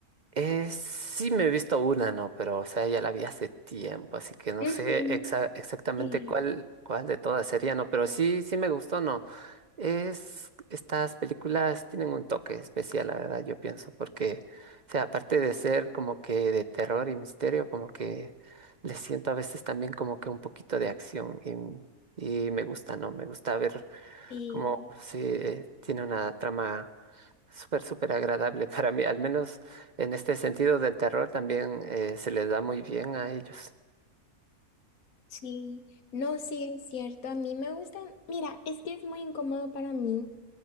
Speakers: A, on the right (about 45°); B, on the left (about 70°).
A: Eh, sí me he visto una, ¿no? Pero, o sea, ya la vi hace tiempo, así que no
B: Ujú,
A: sé exa- exactamente
B: Sí,
A: cuál, cuál de todas sería, ¿no? Pero sí, sí me gustó, ¿no? Es, estas películas tienen un toque especial, la verdad, yo pienso, porque, o sea, aparte de ser como que de terror y misterio, como que les siento a veces también como que un poquito de acción y, y me gusta, ¿no? Me gusta ver
B: sí.
A: como si tiene una trama súper, súper agradable <laughs> para mí, al menos en este sentido del terror también eh, se les da muy bien a ellos.
B: Sí, no, sí es cierto. A mí me gustan. Mira, es que es muy incómodo para mí